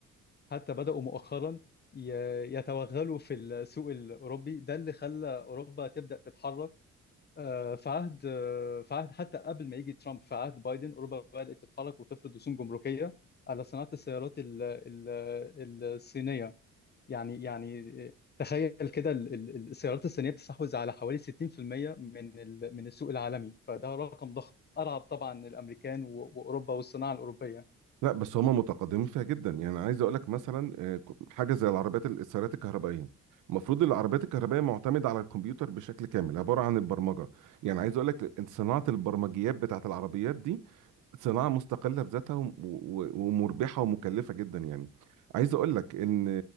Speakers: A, on the left; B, on the right.
A: حتى بدأوا مؤخرا ي- يتوغلوا في السوق الأوروبي ده اللي خلى أوروبا تبدأ تتحرك آه، في عهد آه، في عهد حتى قبل ما يجي ترامب في عهد بايدن اوروبا بدات تتحرك وتفرض رسوم جمركيه على صناعه السيارات ال- ال- الصينيه يعني يعني آه، تخيل كده ال- ال- السيارات الصينيه بتستحوذ على حوالي 60% من ال- من السوق العالمي فده رقم ضخم ارعب طبعا الامريكان و- واوروبا والصناعه الاوروبيه
B: لا بس هما متقدمين فيها جدا يعني عايز اقول لك مثلا آه، ك- حاجه زي العربيات ال- السيارات الكهربائيه المفروض العربيات الكهربائيه معتمده على الكمبيوتر بشكل كامل عباره عن البرمجه يعني عايز اقول لك صناعه البرمجيات بتاعت العربيات دي صناعة مستقلة بذاتها وم- و- ومربحة ومكلفة جدا يعني عايز اقول لك ان